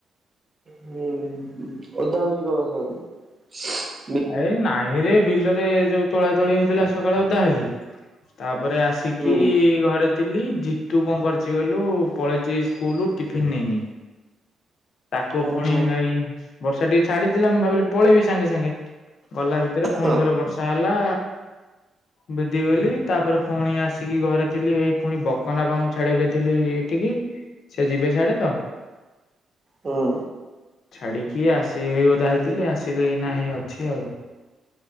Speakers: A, on the right; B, on the left.
A: ହୁଁ ହୁଁ ଓଦା ହୋଉଚି ତମ ସବୁଦିନ।
B: ଏଇ ନାଇଁରେ ବିଲରେ ଯୋଉ ତୋଳା ତୋଳି ହୋଉଥିଲା ସକାଳ ଓଦା ହେଲି ତାପରେ ଆସି
A: ହୁଁ
B: ଟିକି ଘରେ ଥିଲି ଜିତୁ କଣ କରଚି କହିଲୁ ପଳେଇଚି ସ୍କୁଲୁ ଟିଫିିନ ନେଇନି। ତାକୁ
A: ଓହୋ
B: ଫୁଣି ନେଇ ବର୍ଷା ଟିକେ ଛାଡିଥିଲା ମୁଁ ଭାବିଲି ପଳେଇବି ସାଙ୍ଗେ ସାଙ୍ଗେ ଗଲା ଭିତରେ ଫୁଣି
A: ହଁ
B: ଥରେ ବର୍ଷା ହେଲା ଭିଦି ଗଲି ତାପରେ ଫୁଣି ଆସିକି ଘରେ ଥିଲି ଏଇ ପୁଣି ବକନ୍ ବାପାଙ୍କୁ ଛାଡିବାକୁ ଯାଇଥିଲି ଠିକି ସେ ଯିବେ ସିଆଡେ ତ।
A: ହୁଁ।
B: ଛାଡିକି ଆସି ଏଇ ଓଦା ହେଇଥିଲି ଆସିଲି ଏଇନା ହେଇ ଅଛି ଆଉ।